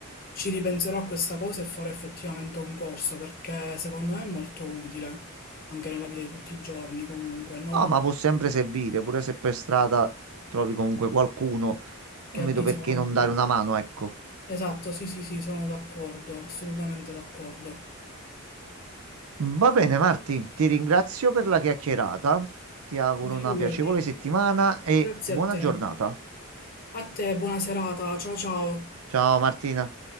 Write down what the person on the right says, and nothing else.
No,
ma può sempre servire, pure se per strada trovi comunque qualcuno, non
vedo
perché non dare una mano, ecco.
Va bene, Marti, ti ringrazio per la chiacchierata. Ti auguro
una piacevole settimana e
buona
giornata.
Ciao Martina.